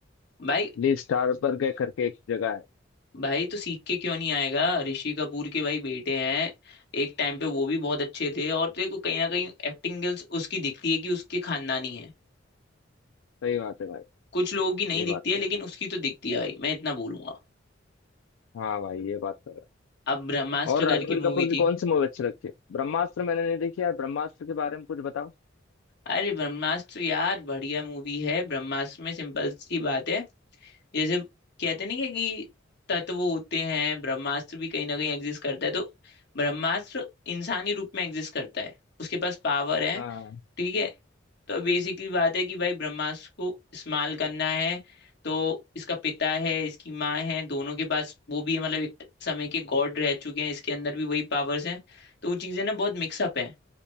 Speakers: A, on the left; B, on the left.
A: भाई
B: ली स्टार पर गए करके एक जगह है
A: भाई तो सीख के क्यों नहीं आएगा ऋषि कपूर के भाई बेटे हैं एक टाइम पे वो भी बहुत अच्छे थे और देखो कहीं ना कहीं एक्टिंग स्किल्स उसकी दिखती है कि उसके खानदानी है
B: सही बात है भाई
A: कुछ लोगों की नहीं
B: ये
A: दिखती
B: बात
A: है
B: तो
A: लेकिन
B: है
A: उसकी तो दिखती है भाई मैं इतना बोलूंगा
B: हाँ भाई ये बात तो है
A: अब ब्रह्मास्त्र
B: और रणबीर
A: करके मूवी
B: कपूर की
A: थी
B: कौन सी मूवी अच्छी लगती है ब्रह्मास्त्र मैंने नहीं देखी यार ब्रह्मास्त्र के बारे में कुछ बताओ
A: अरे ब्रह्मास्त्र यार बढ़िया मूवी है ब्रह्मास्त्र में सिंपल सी बात है जैसे कहते नहीं है कि तत्व होते हैं ब्रह्मास्त्र भी कहीं ना कहीं एग्जिस्ट करता है तो ब्रह्मास्त्र इंसानी रूप में एग्जिस्ट करता है उसके पास पावर है
B: हाँ
A: ठीक है तो बेसिकली बात है कि भाई ब्रह्मास्त्र को इस्तेमाल करना है तो इसका पिता है इसकी माँ है दोनों के पास वो भी है मतलब एक समय के गॉड रह चुके हैं इसके अंदर भी वही पावर्स हैं तो वो चीजें ना बहुत मिक्सअप हैं